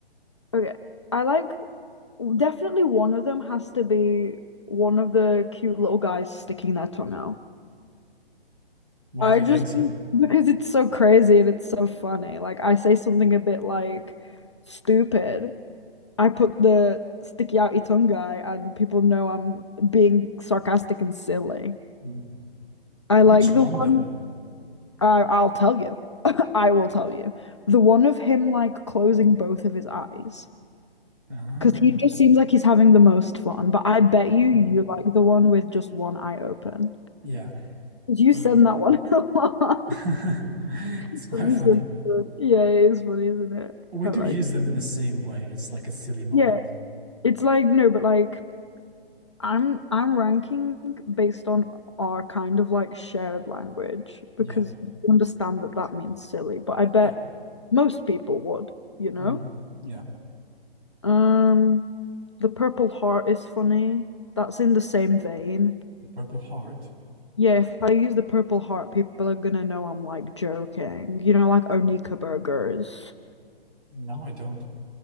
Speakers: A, on the left; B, on the right.
A: okay. I like definitely one of them has to be one of the cute little guys sticking their tongue out.
B: Why
A: I
B: do you
A: just
B: think so?
A: think- because it's so crazy and it's so funny. Like I say something a bit like stupid. I put the sticky outy tongue guy and people know I'm being sarcastic and silly.
B: Mm.
A: I
B: Which
A: like
B: one
A: the
B: though?
A: one I I'll tell you. <laughs> I will tell you. The one of him like closing both of his eyes.
B: Ah,
A: Because he just seems like he's having the most fun, but I bet you
B: <laughs>
A: you're like the one with just one eye open.
B: yeah.
A: 'Cause you
B: W-
A: send that one <laughs> a lot.
B: <laughs> It's
A: You
B: quite funny.
A: send that. Yeah, it is funny, isn't it?
B: We
A: I
B: do
A: like,
B: use them in the same way. It's like a silly moment.
A: yeah, it's like no, but like I'm I'm ranking based on our kind of like shared language
B: Yeah.
A: because you understand that that means silly, but I bet
B: Yeah.
A: most people would, you know?
B: Mm. Yeah.
A: Um, the Purple Heart is funny. That's in the same vein.
B: The purple heart.
A: Yeah, if I use the purple heart, people are gonna know I'm like joking. You know, like Onika burgers.
B: No, I don't.